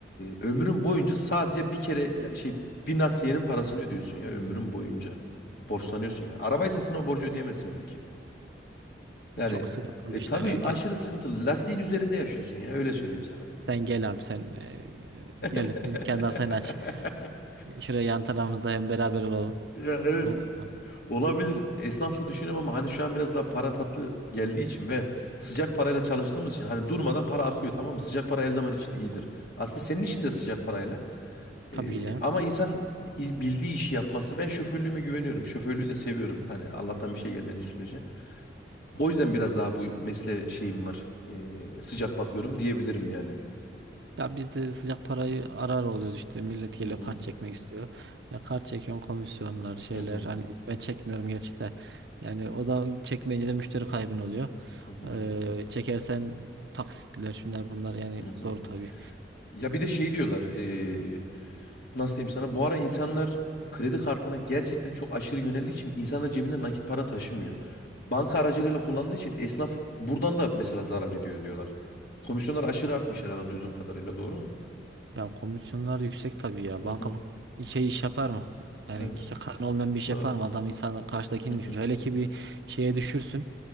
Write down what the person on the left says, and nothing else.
ömrün boyunca sadece bir kere ya- şey bir nakliyenin parasını ödüyorsun ya ömrün boyunca. Borçlanıyorsun yani. Arabaysa sana o borcu ödeyemezsin belki. Yani
e,
tabii
aşırı sıkıntılı. Lastiğin üzerinde yaşıyorsun ya öyle söyleyeyim sana.
<laughs>
Ya evet.
Olabilir. Esnaflı düşünüyorum ama hani şu an biraz daha para tatlı geldiği için ve sıcak parayla çalıştığımız için hani durmadan para akıyor tamam mı? Sıcak para her zaman için iyidir. Aslında senin için de sıcak parayla.
Ee,
ama insan i- bildiği işi yapması. Ben şoförlüğüme güveniyorum. Şoförlüğü de seviyorum. Hani Allah'tan bir şey gelmediği sürece. O yüzden biraz daha bu mesleğe şeyim var. Ee, sıcak bakıyorum diyebilirim yani.
Hı hı.
Hı hı.
Hı hı.
Hı hı.
Ya bir de şey diyorlar. ee, nasıl diyeyim sana bu ara insanlar kredi kartına gerçekten çok aşırı yöneldiği için insanlar cebinde nakit para taşımıyor. Banka aracılığıyla kullandığı için esnaf buradan da mesela zarar ediyor diyorlar. Komisyonlar aşırı artmış herhalde duyduğum kadarıyla doğru mu?
Hı
hı.
Evet.
Doğru.
Hı hı.